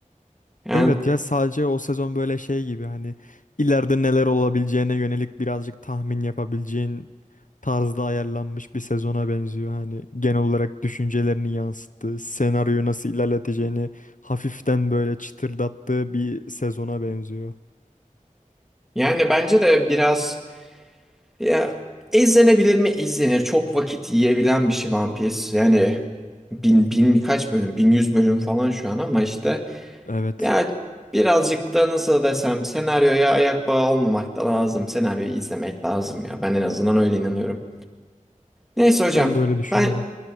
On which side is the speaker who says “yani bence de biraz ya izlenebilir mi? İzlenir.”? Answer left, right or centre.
Centre